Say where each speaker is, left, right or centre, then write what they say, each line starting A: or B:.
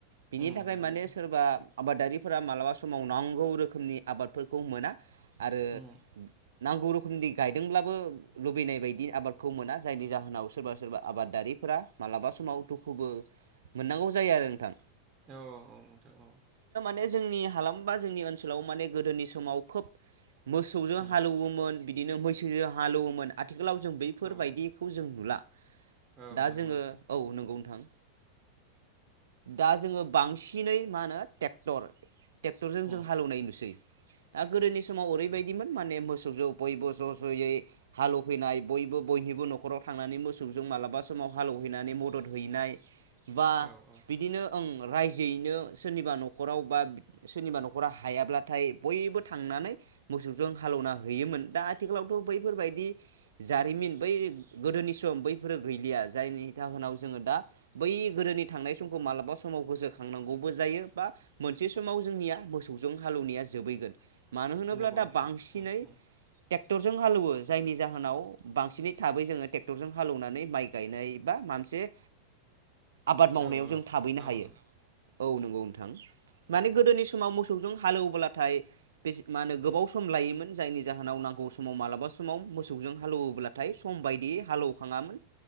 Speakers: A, on the right (about 65°); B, on the right (about 25°).
A: बिनि
B: उम
A: थाखाय
B: नंगौ
A: माने
B: नोंथां
A: सोरबा आबादारिफोरा मालाबा समाव नांगौ रोखोमनि आबादफोरखौ मोना आरो
B: उम
A: नांगौ रोखोम गायदोंब्लाबो लुबैनाय बायदि आबादखौ मोना जायनि जाहोनाव सोरबा सोरबा आबादारि फोरा मालाबा समाव कस्टखौबो मोननांगौ जायो आरो नोंथां
B: औ औ नोंथां औ
A: माने जोंनि हालाम बा जोंनि ओनसोलाव माने गोदोनि समाव खोब मोसौजों
B: उम
A: हालौवोमोन बिदिनो मैसोजों हालौवोमोन। आथिखालाव जों बैफोरबायदिखौ
B: औ
A: जों नुला।
B: औ
A: दा
B: नंगौ
A: जोङो
B: नोंथां
A: औ नंगौ नोंथां दा जोङो बांसिनै मा होनो टेक्टर टेक्टरजों
B: उम
A: जों हालेवनाय नुसै। दा गोदोनि समाव ओरैबायदिमोन माने मोसौजों बयबो ज' ज'यै हालौफैनाय बयबो बयनिबो न'खराव थांनानै मोसौजों मालाबा समाव हालौहैनानै मदद हैनाय। बा
B: औ औ
A: बिदिनो ओं रायजोयैनो सोरनिबा न'खराव बा सोरनिबा न'खराव हायाब्लाथाय बयबो थांनानै मोसौजों हालेवना हैयोमोन दा आथिखालावथ' बैफोरबायदि जारिमिन बै गोदोनि सम बैफोरो गैलिया जायनि जाहोनाव जोङो दा बै गोदोनि थांनाय समखौ मालाबा समाव गोसोखांनांगौबो जायो बा मोनसे समाव जोंनिया मोसौजों हालौवनाया जोबैगोन। मानो होनोब्ला
B: नंगौ
A: दा
B: नोंथां
A: बांसिनै
B: उम उम
A: टेक्टरजों हालौवो जायनि जाहोनाव बांसिनै थाबै जोङो टेक्टरजों हालेवनानै माइ गायनाय बा माबा मोनसे आबाद मावनायाव
B: औ औ
A: जों थाबैनो
B: आबाद
A: हायो
B: माव
A: औ नंगौ नोंथां माने
B: उम
A: गोदोनि समाव मोसौ मोसौजों हालेवब्लाथाय बे मा होनो गोबाव सम लायोमोन जायनि जाहोनाव नांगौ समाव मालाबा समाव मोसौजों हालौव्लाथाय सम बायदियै हालेवखाङामोन।